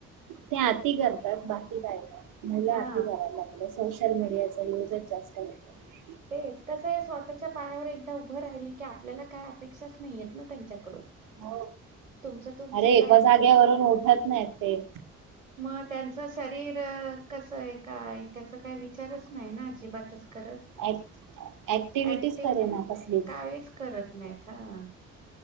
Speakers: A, on the right; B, on the right.
A: ते अती करतात बाकी काय नाही. मुलं
B: हा
A: अती करायला लागलं सोशल मीडिया आता युजच जास्त आहे ते
B: तेच कसं आहे स्वतःच्या पायावर एकदा उभं राहिले की आपल्याला काय अपेक्षाच नाहीयेत ना त्यांच्याकडून.
A: हो
B: तुमचं तुमचं
A: अरे
B: लाईफ
A: एका जाग्यावरून
B: तुम्ही सगळं
A: उठत नाहीत ते.
B: मग त्यांचं शरीर कसं आहे, काय त्याचा काही विचारच नाही ना अजिबातच करत.
A: ऍक ऍक्टिव्हिटीच
B: ऍक्टिव
A: करेना
B: नाही
A: कसलीच.
B: काहीच करत नाहीत हा.